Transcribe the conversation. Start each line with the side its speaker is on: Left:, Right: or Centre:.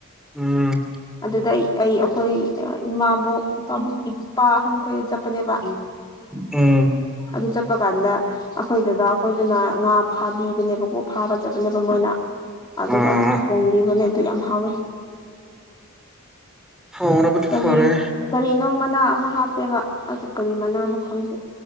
Centre: ꯎꯝ
Left: ꯑꯗꯨꯗ ꯑꯩ ꯑꯩ ꯑꯩꯈꯣꯏ ꯏꯃꯥꯕꯣꯛ ꯏꯄꯥ ꯏꯄꯥ ꯑꯍꯟ ꯈꯣꯏꯗ ꯆꯠꯄꯅꯦꯕ
Centre: ꯎꯝ
Left: ꯑꯗꯨ ꯆꯠꯄ ꯀꯥꯟꯗ ꯑꯩꯈꯣꯏꯗꯨꯗ ꯑꯩꯈꯣꯏꯗꯨꯅ ꯉꯥ ꯐꯥꯕꯤꯕꯅꯦꯕꯀꯣ ꯐꯥꯕꯖꯕꯅꯦꯕ ꯃꯣꯏꯅ ꯑꯗꯨꯒ
Centre: ꯑꯥ
Left: ꯊꯣꯡꯕꯤꯕꯅꯦ ꯑꯗꯨ ꯌꯥꯝ ꯍꯥꯎꯋꯦ
Centre: ꯍꯥꯎꯔꯕꯗꯤ
Left: ꯀꯔꯤ
Centre: ꯐꯔꯦ
Left: ꯀꯔꯤꯅꯣ ꯃꯅꯥ ꯑꯃ ꯍꯥꯞꯄꯦꯕ ꯑꯗꯨ ꯀꯔꯤ ꯃꯅꯥꯅꯣ ꯈꯪꯗꯦ